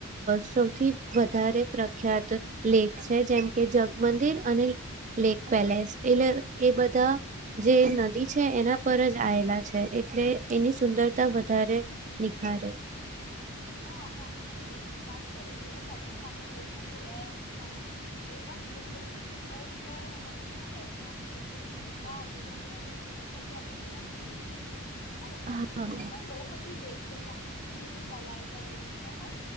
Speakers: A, on the right; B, on the left.
A: સૌથી વધારે પ્રખ્યાત લેક છે જેમ કે જગમંદિર અને લેક પેલેસ એ એ બધા જે નદી છે એના પર જ આવેલા છે. અ એટલે એની સુંદરતા વધારે, નિખારે.
B: હા અને આપડણે જો લેક ની વાત કરીએ તો ફતેહસાગર લેક ને ભૂલાય જ નહી કારણ કે, એ પણ એટલું સુંદર છે અને ત્યાં બેસવાની એટલી મજા આવે કે ત્યાં જઈને એવું થાય કે આપણે ત્યાં જ રહી જઈએ. અને તેની
A: હા
B: બીજી પણ બહુ બધી લેક કે જાણે દૂધ તલાય. કરીને છે પણ